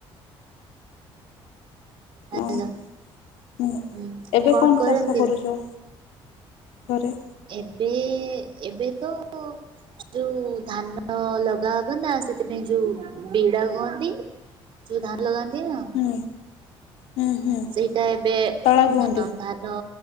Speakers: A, on the right; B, on the left.
A: ହ୍ୟାଲୋ
B: ହଁ,
A: ହୁଁ
B: ଏବେ କଣ
A: କରନ୍ତି?
B: ଚାଷ କରୁଚ? ଘରେ
A: ଏବେ ଏବେ ତ ଯୋଉ ଧାନ ଲଗା ହବ ନା ସେଥିପାଇଁ ଯୋଉ ବିଡା କୁହନ୍ତି ଯଉ ଧାନ ଲଗା <unintelligible>
B: ହୁଁ ହୁଁ ହୁଁ
A: ସେଇଟା ଏବେ
B: ତଳା କୁହନ୍ତି
A: ଧାନ